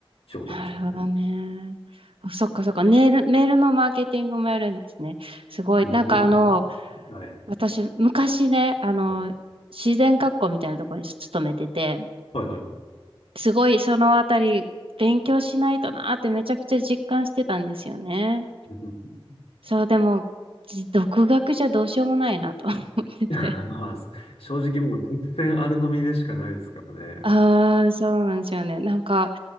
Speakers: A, on the left; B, on the right.
A: 仕事ですね。
B: なるほどね。あそっかそっか。メール、メールのマーケティングもやるんですね。すごい。
A: うんう
B: なんかあの、
A: んはい
B: 私、昔ね、あの、
A: はい。
B: 自然学校みたいなところに勤めてて、
A: はいはいはい。
B: すごいそのあたり勉強しないとなーってめちゃくちゃ実感してたんですよね。
A: うんうん
B: そう、でも、じ独学じゃどうしようもないなと <laughs> 思ってて。
A: <laughs> まあ、正直もう実践あるのみでしかないですからね。
B: ああ、そうなんですよね。なんか、